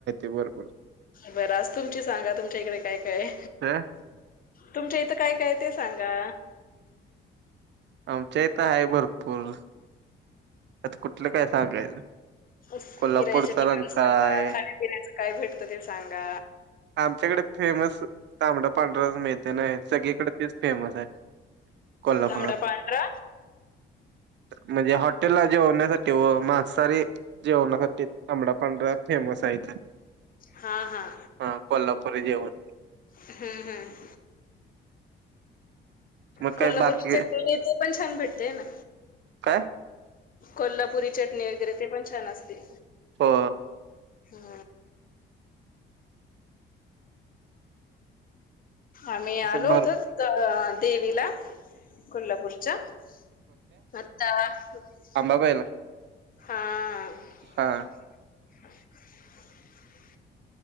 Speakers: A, on the right (about 65°); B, on the left (about 45°).
A: भरपूर.
B: बरं आज तुमच सांगा तुमच्या इकडे काय? काय?
A: ह
B: तुमच्या इथं काय काय ते सांगा.
A: आमच्या इथं आहे भरपूर. आता कुठलं काय सांगायचं.
B: फिरायच
A: कोल्हापूरचा
B: ठिकाण
A: रंकाळा
B: सांगा.
A: आहे
B: खाण्यापिण्याचं काय भेटतं ते सांगा.
A: आमच्याकडे फेमस तांबडा पांढरा मिळत. नाही सगळीकडे तेच फेमस आहे. कोल्हापुरात.
B: तांबडा पांढरा
A: म्हणजे हा - -टेलला जेवण्यासाठी हो मांसाहारी जेवणासाठी तांबडा पांढरा फेमस आहे इथ.
B: हा. हा.
A: हां. कोल्हापूरी जेवण.
B: हम्म. हम्म.
A: मग
B: कोल्हापूरच
A: काय बाकी
B: ते <unintelligible> पण छान भेटतेय ना?
A: काय?
B: कोल्हापुरी चटणी वगैरे ते पण छान असते.
A: हो.
B: हम. आम्ही
A: असं
B: आलो
A: भर
B: होतो. अ देवीला. कोल्हापूरच्या. <unintelligible>
A: अंबाबाईला.
B: हां.
A: हा.
B: ह